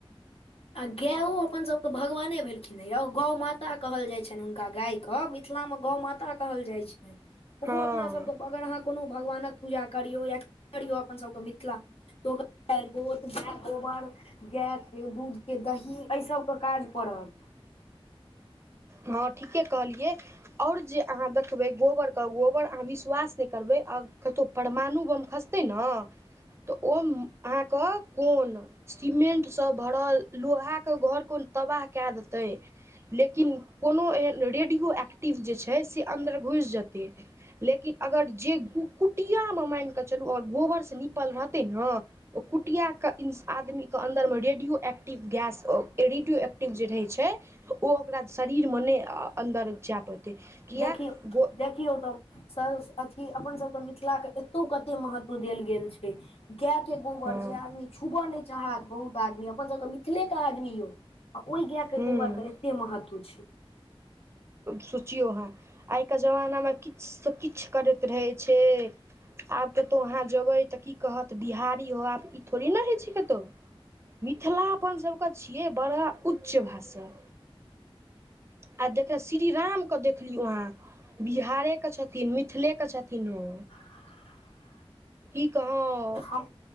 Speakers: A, on the left; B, on the right.
A: आ गाओ अपन सब केँ भगवाने भेल खिन नऽ यौ गौ माता कहल जाइ छैन हुनका गाय कऽ मिथिला मऽ गौ माता कहल जाइ छै। ओहो
B: हँ
A: अपना सभ कऽ अगर अहाँ कोनो भगवानक पूजा करियौ या करियौ अपन सभ कऽ मिथिला तो <unintelligible> गोत गैय गोबर गैय केँ दूध केँ दही एय सबकेँ काज पड़त
B: हँ ठीके कहलियै आओर जे अहाँ देखबै गोबर कऽ गोबर अहाँ विश्वास नय करबै आओर कतो परमाणु बम खसतै नऽ तऽ ओ अहाँ कऽ कोन सीमेंट सँ भरल लोहा कऽ घर कोन तबाह कैय देतै लेकिन कोनो एहेन रेडियो एक्टिव जे छै से अन्दर घुइस जेतै लेकिन अगर जे कु - कुटियामे माइन कऽ चलू अगर गोबरसँ निपल रहतै नऽ ओ कुटिया कऽ ई आदमी कऽ अन्दर मऽ रेडियो एक्टिव गैस ओ - रेडियो एक्टिव जे रहै छै। ओ ओकरा शरीरमे नहि अन्दर जाय पड़तै किए
A: देखियौ
B: गो
A: देखियौ तऽ स अथी अपन सबके मिथिला के एतौ कते महत्व देल गेल छैय। गायके गोबर
B: हँ
A: जे आदमी छुबय नहि चाहत बहुत आदमी अपन सभके मिथिलेके आदमी यौ। आ ओहि गायके
B: हूँ
A: गोबरके एते महत्व छैय।
B: सोचियौ अहँ आइके जमानामे किछुसँ किछु करैत रहै छैय। आब कतहु अहाँ जेबै तऽ की कहत बिहारी हो आब ई थोड़े ने होइ छैय कतहु। मिथिला अपनसभके छियै बड़ा उच्च भाषा। आ देख श्री रामके देखलीयौ अहाँ बिहारेके छथिन मिथिलेके छथिन ओ।
A: <inaudible>
B: की कहाँ
A: हम